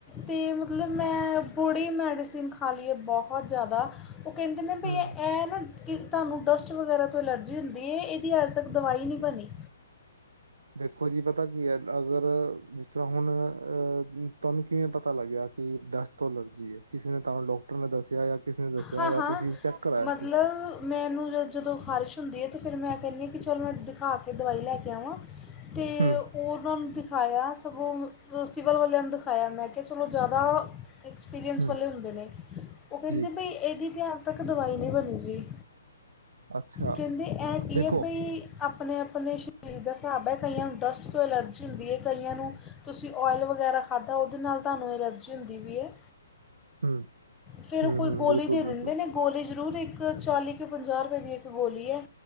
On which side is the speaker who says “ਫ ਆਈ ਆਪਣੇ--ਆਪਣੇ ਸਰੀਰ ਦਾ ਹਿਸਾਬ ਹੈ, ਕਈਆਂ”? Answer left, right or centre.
Left